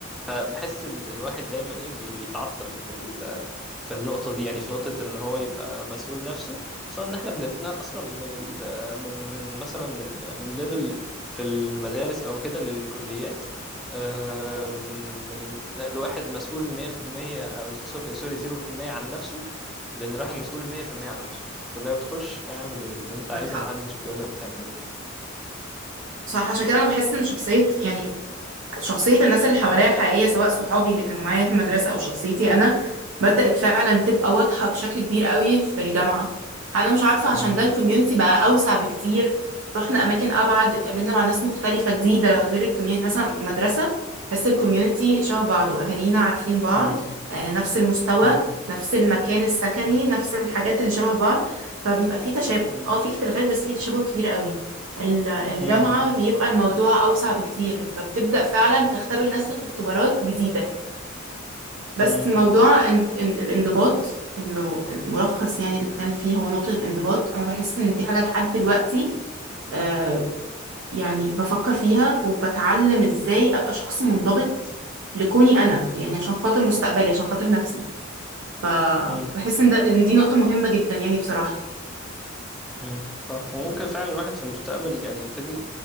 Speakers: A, in the centre; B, on the right.
A: فبحس ال- الواحد دايما ايه بي- بيتعطل في ال في النقطة دي يعني في نقطة إن هو يبقى مسؤول نفسه خصوصا إن إحنا بنتنقل أصلا من ال آه، من من مثلا من من ليفل في المدارس أو كده للكليات آه، من من النقل واحد مسؤول 100% أو صفر سوري 0% عن نفسه لأن الواحد مسؤول 100% عن نفسه أنت في الكلية بتخش اعمل اللي أنت
B: معاك
A: عايزه
B: حق
A: محدش بيقول لك تعمل إيه
B: صح عشان كده انا بحس ان شخصيه يعني شخصية الناس اللي حواليا الحقيقية سواء صحابي اللي كانوا معايا في المدرسة أو شخصيتي أنا بدأت فعلا تبقى واضحة بشكل كبير قوي في الجامعة أنا مش عارفة عشان
A: مم.
B: ده الكوميونتي بقى أوسع بكتير رحنا أماكن أبعد اتقابلنا مع ناس مختلفة جديدة غير الكوميونتي مثلا المدرسة بس الكوميونتي شبه بعض وأهالينا عارفين بعض
A: مم.
B: آه، نفس المستوى
A: مم.
B: نفس المكان السكني
A: مم.
B: نفس الحاجات اللي شبه بعض فبيبقى في تشابه
A: مم.
B: اه في اختلافات بس في تشابه كبير قوي ال- الجامعة
A: مم.
B: بيبقى الموضوع أوسع بكتير فبتبدأ فعلا تختبر نفسك اختبارات جديدة بس
A: مم.
B: موضوع ان- ان- الانضباط اللي- الملخص يعني اللي بتكلم فيه هو نقطة الانضباط أنا بحس إن دي حاجة لحد دلوقتي آه يعني بفكر فيها وبتعلم إزاي أبقى شخص منضبط لكوني أنا يعني عشان خاطر مستقبلي عشان خاطر نفسي فبحس
A: مم.
B: إن ده إن دي نقطة مهمة جدا يعني بصراحة
A: مم. صح وممكن فعلا الواحد في المستقبل يعني يبتدي